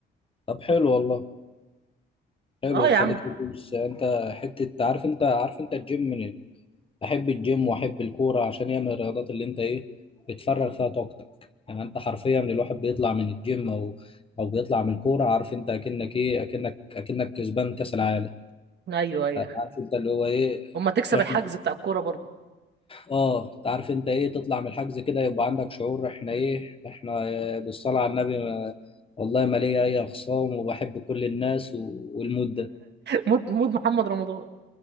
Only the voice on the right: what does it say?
اه يا
عم
ايوه ايوه
اما تكسب
الحجز بتاع الكوره برضه
<laughs>
مود مود محمد رمضان